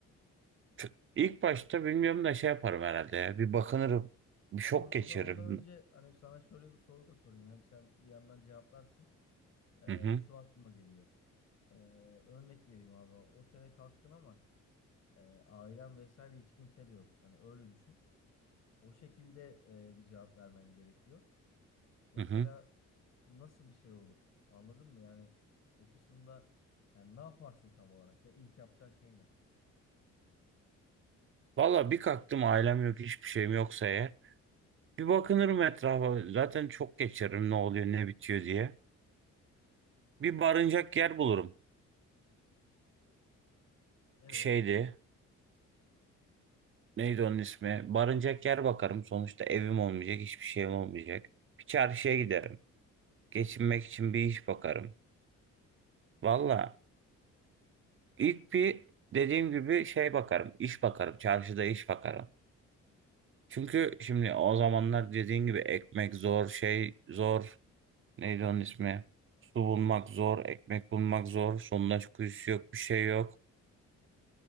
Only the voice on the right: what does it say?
ç- ilk başta bilmiyorum da şey yaparım herhalde ya. Bir bakınırım. Bir şok
geçiririm.
Hı hı.
Hı hı.
Valla bir kalktım ailem yok hiçbir şeyim yoksa eğer. Bir bakınırım etrafa. Zaten çok geçiririm ne oluyor ne bitiyor diye. Bir barınacak yer bulurum.
Şeydi. Neydi onun ismi? Barınacak yer bakarım. Sonuçta evim olmayacak, hiçbir şeyim olmayacak. Bir çarşıya giderim. Geçinmek için bir iş bakarım. Valla ilk bir dediğim gibi şey bakarım. iş bakarım. Çarşıda iş bakarım. Çünkü şimdi o zamanlar dediğin gibi ekmek zor, şey zor. Neydi onun ismi? Su bulmak zor, ekmek bulmak zor. Sondaj kuyusu yok, bir şey yok.